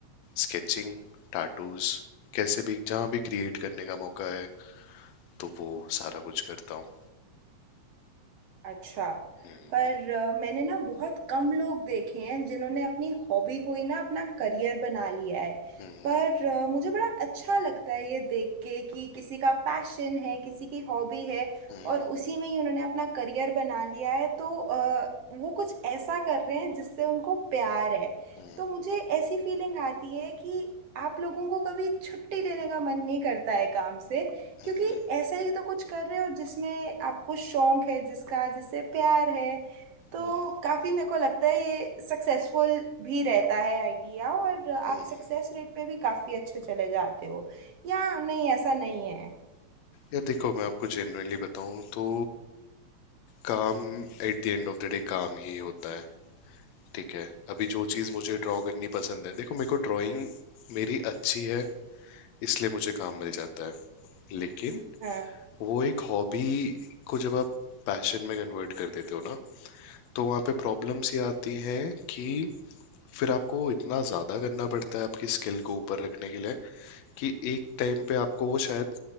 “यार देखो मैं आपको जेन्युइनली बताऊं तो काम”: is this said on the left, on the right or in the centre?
Left